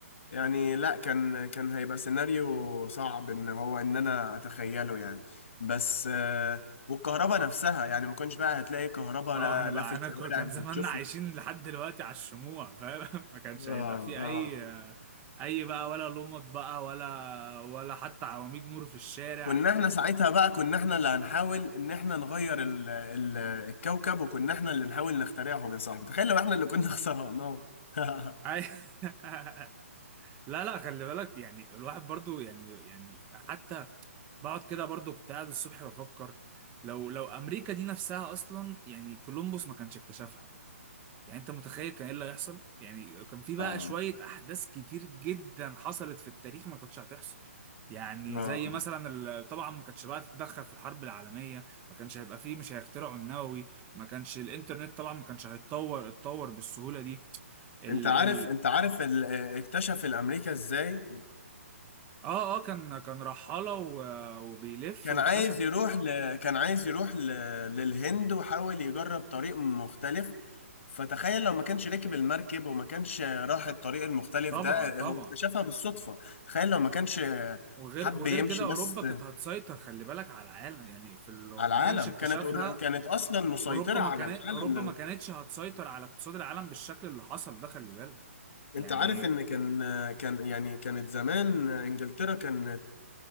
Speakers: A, on the left; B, on the right.
A: يعني لا كان كان هيبقى سيناريو صعب ان هو ان انا اتخيله يعني بس آه، والكهرباء نفسها يعني ما كنتش بقى هتلاقي كهرباء
B: اه
A: لا
B: انا بقى
A: لا في الشوارع
B: انا ك- كان
A: اللي
B: زماننا
A: تشوفها
B: عايشين لحد دلوقتي على الشموع فاهم <laughs> ما كانش
A: اه
B: هيبقى في
A: اه
B: اي اي بقى ولا لمط بقى ولا ولا حتى عواميد نور في الشارع
A: كنا احنا ساعتها بقى كنا احنا اللي هنحاول ان احنا نغير ال ال الكوكب وكنا احنا اللي نحاول نخترعهم يا صاحبي تخيل لو احنا اللي كنا خسرانهم <laughs>
B: أي... <laughs> لا لا خلي بالك يعني الواحد برضو يعني يعني حتى بقعد كده برضو كنت قاعد الصبح بفكر لو لو امريكا دي نفسها اصلا يعني كولومبوس ما كانش اكتشفها يعني انت متخيل كان ايه اللي هيحصل يعني كان في بقى
A: اه
B: شوية احداث كتير جدا حصلت في التاريخ ما كانتش هتحصل يعني
A: اه
B: زي مثلا ال- طبعا ما كانتش بقى تتدخل في الحرب العالمية ما كانش هيبقى فيه مش هيخترعوا النووي ما كانش الانترنت طبعا ما كانش هيتطور اتطور بالسهولة دي ال
A: انت عارف
B: ال
A: انت عارف ال- آه، اكتشف الامريكا ازاي
B: اه اه كان كان رحالة و- وبيلف
A: كان
B: واكتشف
A: عايز يروح ل... كان عايز يروح ل... للهند وحاول يجرب طريق مختلف فتخيل لو ما كانش ركب المركب وما كانش راح الطريق المختلف
B: طبعا
A: ده
B: طبعا
A: هو اكتشفها بالصدفة تخيل لو ما كانش
B: وغير
A: حب
B: وغير
A: يمشي
B: كده اوروبا
A: بس
B: كانت هتسيطر خلي بالك على العالم يعني في ال- لو
A: على
B: ما
A: العالم
B: كانش اكتشافها
A: كانت أور- كانت أصلا مسيطرة
B: اوروبا ما
A: على
B: كانت
A: العالم
B: اوروبا
A: لو
B: ما كانتش هتسيطر على اقتصاد العالم بالشكل اللي حصل ده خلي بالك يعني
A: انت عارف ان كان كان يعني كانت زمان انجلترا كانت